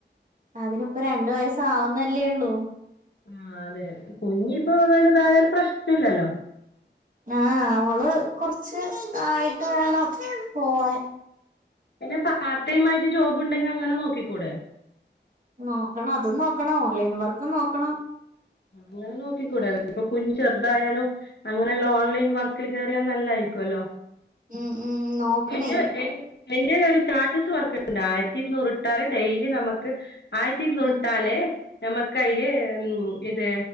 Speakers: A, on the right (about 45°); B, on the left (about 65°).
A: അതിനിപ്പോ രണ്ടു വയസ്സ ആവുന്നല്ലേ ഉള്ളൂ
B: ആഹ് അതെ കുഞ്ഞിപ്പോ വലുതായാലും പ്രശ്ന ഇല്ലല്ലോ
A: ആഹ് അവള് കൊറച്ച് ആയിട്ട് വേണം പോവാൻ
B: പിന്നെ പാർട്ട് ടൈആയിട്ട് ജോബ് ഉണ്ടെങ്കി അങ്ങനെ നോക്കിക്കൂടെ
A: നോക്കണം അതും നോക്കണം ഓൺലൈൻ വർക്ക് നോക്കണം
B: ങ്ങനെ നോക്കിക്കൂടാെ ഇപ്പൊ കുഞ്ഞ് ചെറുതായാലും അങ്ങനെയല്ല ഓൺലൈൻ വർക്കിൽ കയറിയാൻ നല്ലായിരിക്കുംല്ലോ
A: ഉം ഉം നോക്കണേ
B: എന്റെ എൻ എന്റെലരു സ്റ്റാറ്റസ് വർക്കണ്ട് ആയിരത്തി ഇരുന്നൂറിട്ടാല് ഡെയിലി നമുക്ക് ആയിരത്തി ഇരുന്നൂറിട്ടാല്
A: ഉം
B: നമ്മക്ക് അയില് ഉം ഇത്